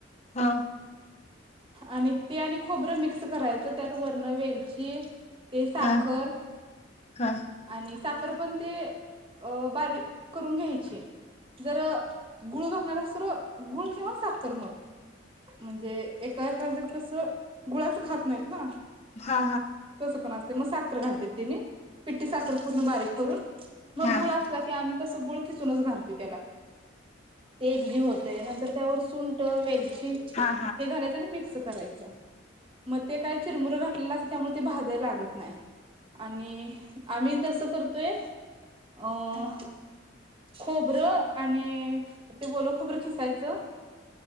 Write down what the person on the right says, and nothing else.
आणि ते आणि खोबरं मिक्स करायचं त्यात वर्ण वेलची ते साखर
आणि साखर पण ते बारीक करून घ्यायची जर गुळू बसणार त गुळ किंवा साखर म्हणजे एक काय कायांच्यात कसं गुळाचं खात नाहीत ना
तस पण असते मसाख साखर घालतात तिने पिट्टठी साखर पूर्ण बारीक करून मग
गुळ
असला की आम्ही कसं गुळ खिसूनच घालतो. त्याला ते एकजीव होतय नंतर त्यावर सु ट वेलची हे
घालायच आणि मिक्स करायचं मग ते काय चिरमुर घातलेलं असतं त्यामुळे भाजायला लागत नाही. आणि आम्ही तोय आं खोबरं आणि ते ओल खोबरं खिसायचं.